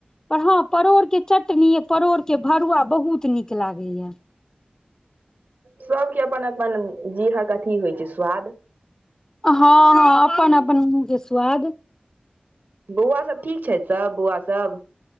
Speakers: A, on the left; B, on the right.
A: पर हाँ परोड़ के चटनी परोड़ के भरुआ बहुत नीक लागेयै
B: सबके अपन अपन जीहक अथी होइ छै स्वाद
A: हँ अपनन अपनन मुह के स्वाद
B: बौआ सब ठीक छै सब बौआ सब